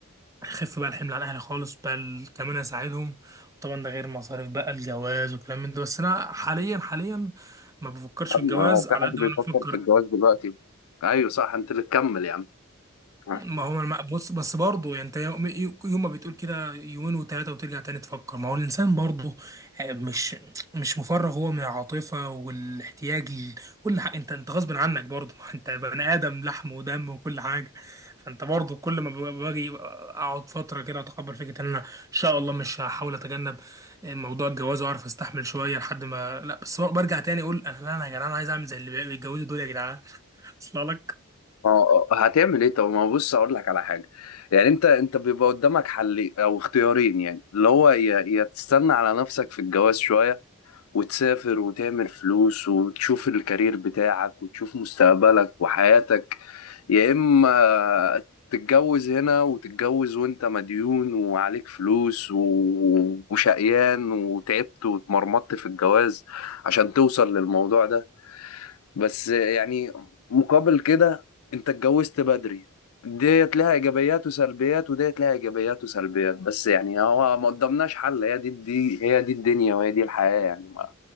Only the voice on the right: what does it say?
اخف بقى الحمل على اهلي خالص بقى ال- كمان اساعدهم طبعا ده غير مصاريف بقى الجواز وكلام من ده بس انا حاليا حاليا ما بفكرش
في
الجواز
على
قد
ما انا بفكر
ما هو ما- بص بس برضه يعني انت يوم يوم ما بتقول كده يومين وثلاثه وترجع تاني تفكر ما هو الانسان برضه آه، مش مش مفرغ هو من العاطفه والاحتياج ال- كل حاجه انت انت غصب عنك برضه <laughs> انت بني ادم لحم ودم وكل حاجه فانت برضه كل ما ب- باجي اقعد فتره كده اتقبل فكره ان انا ان شاء الله مش هحاول اتجنب موضوع الجواز واعرف استحمل شويه لحد ما لا بس برجع تاني اقول انا لا، انا يا جدعان عايز اعمل زي اللي بيتجوزوا دول يا جدعان <laughs> اصل لك